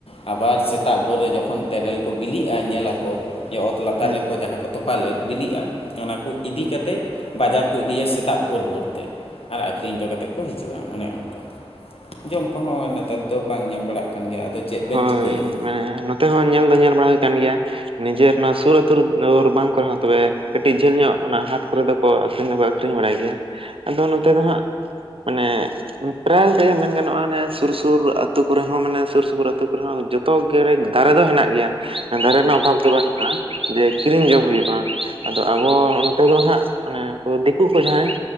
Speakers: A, on the left; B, on the right.
A: ᱟᱵᱟᱨ ᱥᱮᱛᱟᱜ ᱵᱷᱳᱨ ᱨᱮ ᱡᱚᱠᱷᱚᱱ ᱛᱮᱨᱮᱞ ᱠᱚ ᱵᱤᱞᱤᱜᱼᱟ, ᱧᱮᱞᱟᱠᱚ ᱚᱛ ᱞᱟᱛᱟᱨ
B: ᱦᱩᱸ
A: ᱨᱮᱠᱚ ᱡᱟᱦᱟᱸ ᱠᱚ ᱛᱚᱯᱟ ᱞᱮᱫ ᱵᱤᱞᱤᱜᱼᱟ ᱾ ᱚᱱᱟ ᱠᱚ ᱤᱫᱤ ᱠᱟᱛᱮᱫ ᱵᱟᱡᱟᱨ ᱠᱚ ᱤᱫᱤᱭᱟ ᱥᱮᱛᱟᱜ ᱵᱷᱳᱨ ᱵᱷᱳᱨ ᱛᱮ᱾ ᱟᱨ ᱟᱠᱷᱨᱤᱧ ᱦᱚᱴᱚ ᱠᱟᱛᱮᱫ ᱠᱚ ᱦᱤᱡᱩᱜᱼᱟ᱾ ᱚᱱᱮ ᱚᱱᱠᱟ ᱡᱚᱢ ᱠᱚᱦᱚᱸ ᱱᱮᱛᱟᱨ ᱫᱚ ᱵᱟᱝ ᱧᱟᱢ ᱵᱟᱲᱟᱜ ᱠᱟᱱᱟ ᱾ ᱠᱟᱱ ᱜᱮᱭᱟ ᱟᱫᱚ ᱪᱮᱫ ᱵᱮᱱ
B: ᱦᱳᱭ
A: ᱪᱤᱠᱟᱹᱭᱟ ᱾
B: ᱢᱟᱱᱮ ᱱᱚᱛᱮ ᱦᱚᱸ ᱧᱮᱞ ᱫᱚ ᱧᱮᱞ ᱵᱟᱲᱟ ᱟᱠᱟᱱ ᱜᱮᱭᱟ, ᱱᱤᱡᱮᱨ ᱱᱚᱣᱟ ᱥᱩᱨ ᱟᱛᱳ ᱫᱩᱣᱟᱹᱨ, ᱵᱟᱝ ᱠᱚᱨᱮ ᱦᱚᱸ ᱛᱚᱵᱮ ᱠᱟᱹᱴᱤᱡ ᱡᱷᱟᱹᱞ ᱧᱚᱜ ᱚᱱᱟ ᱦᱟᱴ ᱠᱚᱨᱮ ᱫᱚ ᱟᱠᱷᱨᱤᱧ ᱫᱚᱠᱚ ᱟᱠᱷᱨᱤᱧ ᱵᱟᱲᱟᱭ ᱜᱮᱭᱟ, ᱟᱫᱚ ᱱᱚᱛᱮ ᱫᱚ ᱦᱟᱸᱜ ᱢᱟᱱᱮ ᱯᱨᱟᱭ ᱛᱮᱜᱮ ᱢᱮᱱ ᱜᱟᱱᱚᱜᱼᱟ, ᱮ ᱥᱩᱨ ᱥᱩᱨ ᱟᱹᱛᱩ ᱠᱚᱨᱮ ᱦᱚᱸ ᱢᱟᱱᱮ ᱥᱩᱨ ᱥᱩᱯᱩᱨ ᱟᱹᱛᱳ ᱠᱚᱨᱮ ᱦᱚᱸ ᱡᱚᱛᱚ ᱜᱮ ᱫᱟᱨᱮ ᱫᱚ ᱦᱮᱱᱟᱜ ᱜᱮᱭᱟ ᱾ ᱫᱟᱨᱮ ᱨᱮᱱᱟᱜ ᱚᱵᱷᱟᱵᱽ ᱫᱚ ᱵᱟᱹᱱᱩᱜᱼᱟ ᱡᱮ ᱠᱤᱨᱤᱧ ᱡᱚᱝ ᱦᱩᱭᱩᱜᱼᱟ ᱾ ᱟᱫᱚ ᱟᱵᱚ ᱱᱚᱛᱮ ᱫᱚ ᱦᱟᱸᱜ ᱟᱱᱮ ᱩᱱᱠᱩ ᱫᱤᱠᱩ ᱠᱚ ᱡᱟᱦᱟᱸᱭ,